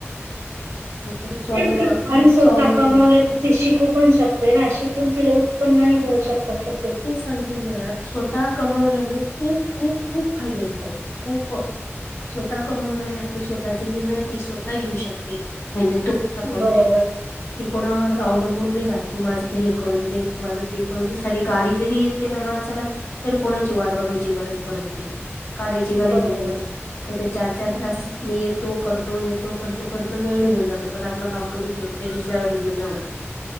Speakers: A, on the right (about 75°); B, on the left (about 55°).
A: <inaudible>
B: नाहीतरी स्वाभिमा
A: आणि स्वतः
B: स्वावलंबी
A: कमवले तिथे त शिकू पण शक ते ना. शिकून तिला, उत्पन्न ही मिळू शकत.
B: तेच सांगते ना. स्वतः कमवल्याने खूप खूप - खूप फायदेयेत ताई. खूप. स्वतः कमवणाऱ्या आपले स्वतःचे निर्णय, ती स्वतः घेऊ शकते. म्हणजे, तो मोठा पॉईंटय.
A: बरोबर
B: ती कोणावर अवलंबून नाही राहत. तू माझं हे करून दे, न तू माझं ते करून दे. साधी गाडी जरी येते ना, माणसाला. तर कोणाची वाट बघायची, गरज पडत नाही. काढायची गाडी
A: बरोबर
B: न निघायचं. नाहीतर चार- चार
A: हम्म
B: तास. मी येत तो. करतो. येतो, करतो. करत, वेळ निघून जातो. पण आपलं काम कधीच होत नाही. दुसऱ्यावर डिपेंड राहून.